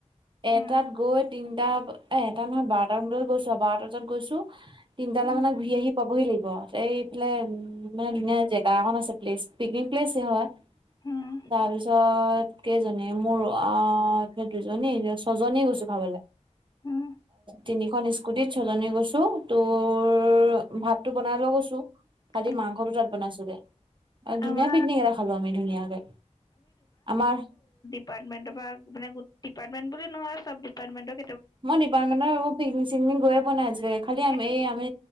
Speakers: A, on the left (about 30°); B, on the right (about 40°).
A: উম
B: এটাত গৈ তিনটা এ এটা নহয় বাৰটামান বজাত গৈছো আৰু বাৰটা বজাত গৈছো। তিনিটালে
A: উম
B: মানে ঘূৰি আহি পাবহি লাগিব। এইফালে মানে ধুনীয়া জেগা একন আছে প্লেচ পিকনিক প্লেছেই হয়।
A: উম
B: তাৰপিছত কেইজনী মোৰ আ এ দুজনী ছয়জনী গৈছো খাবলৈ।
A: হুম।
B: তিনিখন স্কুটিত ছয়জনী গৈছো তোৰ ভাতটো বনাই লৈ গৈছো। খালি
A: উম
B: মাংসটো তাত বনাইছোগে। ধুনীয়া
A: আমাৰ
B: পিকনিক এটা খালো আমি ধুনীয়াকে। আমাৰ
A: ডিপাৰ্টমেণ্টৰপা মানে ডিপাৰ্টমেণ্ট বুলি নহয় চব ডিপাৰ্টমেণ্টত
B: মই ডিপাৰ্টমেন্টৰ পিকনিক চিকনিক গৈয়ে পোৱা নাই আজিলেকে খালি আমি
A: এ
B: এই আমি